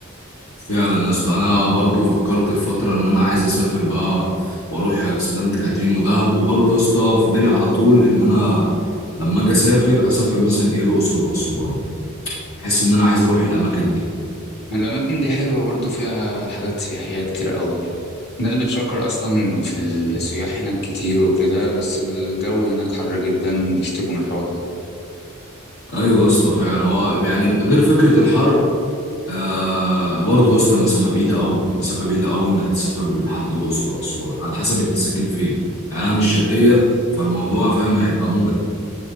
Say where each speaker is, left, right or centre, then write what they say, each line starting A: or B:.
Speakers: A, on the left (about 70°); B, on the left (about 55°).
A: فعلا يا اسطى انا برضو فكرت في فتره ان انا عايز اسافر بقى واروح سانت كاترين ودهب وبرضو يا اسطى في بالي على طول ان انا لما اجي اسافر اسافر مثلا ايه الاقصر واسوان احس ان انا عايز اروح الاماكن دي
B: الأماكن دي حلوة برضو فيها حاجات سياحية كتير قوي الناس بتشكر أصلا في السياح هناك كتير وكده بس الجو هناك حر جدا بيشتكوا من الحوار ده
A: ايوه يا اسطى فعلا هو يعني غير فكره الحر آه برضه يا اسطى المسافه بعيده قوي مسافه بعيده قوي انك تسافر لحد الاقصر او اسوان على حسب انت ساكن فين يعني انا مش شرقيه فالموضوع فاهم هيبقى مغلق